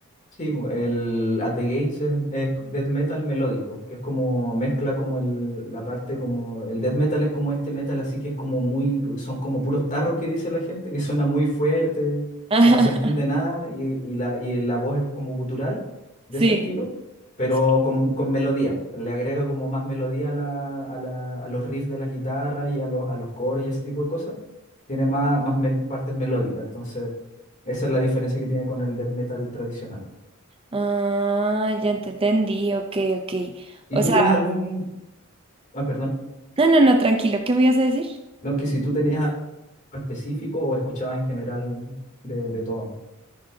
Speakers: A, on the left; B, on the right.
A: Sí, po, el At the Gates es, es death metal melódico, que es como mezcla como el, la parte como el death metal es como este metal así que es como muy, son como puros tarros que dice la gente, que suena muy fuerte,
B: <laughs> Ajá.
A: que no se entiende nada y, y la, y la voz es como gutural de
B: Sí.
A: ese estilo, pero
B: Sí.
A: con, con melodía, le agrega como más melodía a, la, a, la- a los riffs de la guitarra y a los, a los coros y ese tipo de cosas, tiene más, más mel- partes melódicas, entonces esa es la diferencia que tiene con el death metal tradicional.
B: Ah, ya te entendí, ok, ok.
A: ¿Y
B: O
A: tú
B: sea,
A: tienes algún, ah, perdón,
B: no, no, no, tranquilo, ¿qué me ibas a decir?
A: no, que si tú tenías algo específico o escuchabas en general de, de todo?